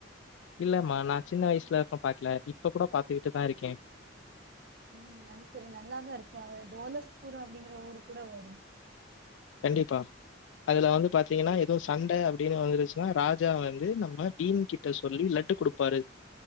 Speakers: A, on the left; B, on the right.
A: இல்லம்மா நா சின்ன வயசுல ப்ப பாக்கல இப்ப கூட பாத்துக்கிட்டுதா இருக்கே
B: ம் அது சரி நல்லாதா இருக்கு அதுல டோலக்பூர் அப்டிங்கிற ஊரு கூட வரு
A: கண்டிப்பா அதுல வந்து பாத்தீங்கன்னா எதுவு சண்ட அப்பிடின்னு வந்துருச்சுன்னா ராஜா வந்து நம்ம பீம் கிட் ட சொல்லி லட்டு குடுப்பாரு